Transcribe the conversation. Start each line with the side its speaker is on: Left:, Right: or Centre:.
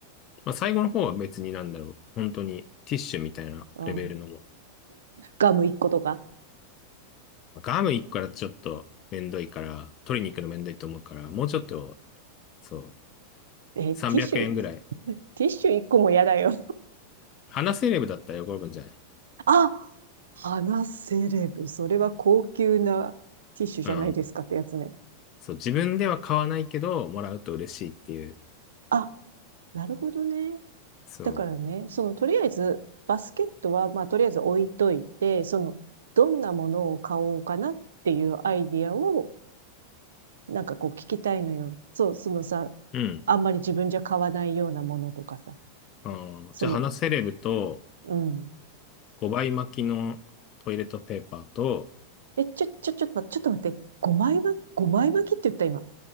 Left: まあ、最後の方は別になんだろう。本当にティッシュみたいなレベルのも。
Right: うん。ガム一個とか。
Left: ガム1個からちょっとめんどいから、取りに行くのめんどいと思うから、もうちょっと、そう、
Right: えーティッシュ、
Left: 300円ぐらい。
Right: <laughs> ティッシュ一個も嫌だよ。
Left: 話せレベルだったら喜ぶんじゃない
Right: あ、花セレブ。それは高級なティッシュじゃないですかってやつね。
Left: うん。そう、自分では買わないけど、もらうと嬉しいっていう。
Right: あ、なるほどね。
Left: そ
Right: だからね、その、とりあえず、バスケットは、まあ、とりあえず置いといて、その、どんなものを買おうかなっていうアイディアを、なんかこう聞きたいのよ。そう、そのさ、
Left: う。うん。
Right: あんまり自分じゃ買わないようなものとかさ。
Left: あーじゃあ、
Right: その、
Left: 花セレブと
Right: うん。
Left: 5倍巻きのトイレットペーパーと
Right: え、ちょ、ちょ、ちょ、まちょっと待って。5枚巻き、枚巻きって言った今。